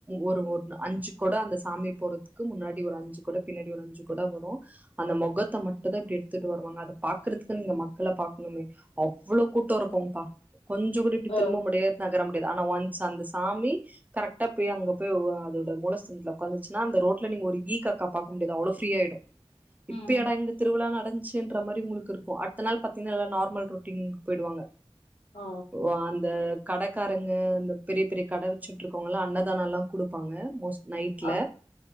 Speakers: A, on the right; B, on the left.
A: ஒரு ஒ அஞ்சு கொட அந்த சாமி போறதுக்கு முன்னாடி ஒரு அஞ்சு கொட பின்னாடி ஒரு அஞ்சு கொட வரும் அந்த மொகத்த மட்டும்தா இப்டி எடுத்துட்டு வருவாங்க அத பாக்கற்துக்கு நீங்க மக்கள பாக்கணுமே அவ்ளோ கூட்டம் இருக்கும்ப்பா கொஞ்சோ கூட இப்டி
B: ம் அ.
A: திரும்ப முடியாது நகர முடியாது ஆனா ஒன்ஸ் அந்த சாமி கரெக்ட்டா போய் அங்க போய் அதோட மூலஸ்தனத்துல ஒக்காந்துச்சுன்னா அந்த ரோட்ல நீங்க ஒரு ஈக்காக்கா பாக்க முடியாது அவ்ளோ ஃபிரீயாயிடும் இப்பயாடா
B: ம்.
A: இங்க திருவிழா நடந்துச்சு ன்ற மாரி உங்குலுக்கு இருக்கும் அடுத்த நாள் பாத்தீங்கன்னா எல்லாரும் நார்மல் ரொட்டீன்கு போய்டுவாங்க
B: ஆ
A: ஓ அந்த கடக்காரங்க இந்த பெரிய பெரிய கட வச்சிட்டுருக்குறவங்கல்லா அன்னதானம்லா குடுப்பாங்க மோஸ்ட்லி நைட்ல
B: ஆ.